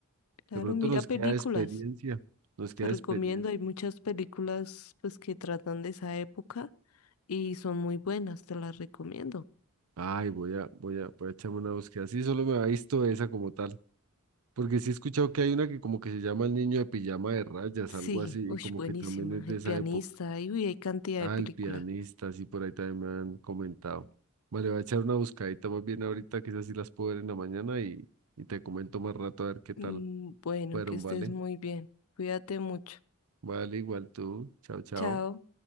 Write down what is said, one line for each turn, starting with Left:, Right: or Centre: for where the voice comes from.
Left: claro,
Right: de pronto
Left: mira
Right: nos
Left: películas,
Right: queda experiencia, nos queda
Left: te recomiendo,
Right: experiencia.
Left: hay muchas películas pues que tratan de esa época y son muy buenas, te las recomiendo.
Right: Ay, voy a, voy a, voy a echarme una búsqueda. Sí, solo me ha visto esa como tal. Porque sí he escuchado que hay una que como que se llama El niño de pijama de rayas,
Left: Sí,
Right: algo así,
Left: uy,
Right: y como
Left: buenísima,
Right: que también es de
Left: El
Right: esa
Left: pianista,
Right: época.
Left: y uy, hay cantidad
Right: Ah,
Left: de películas.
Right: el pianista, sí, por ahí también me han comentado. Vale, voy a echar una buscadita más bien ahorita, quizás sí las puedo ver en la mañana y, y te comento más rato a ver qué tal
Left: Mm, Bueno,
Right: fueron,
Left: que estés
Right: ¿vale?
Left: muy bien. Cuídate mucho.
Right: Vale, igual tú. Chao, chao.
Left: Chao.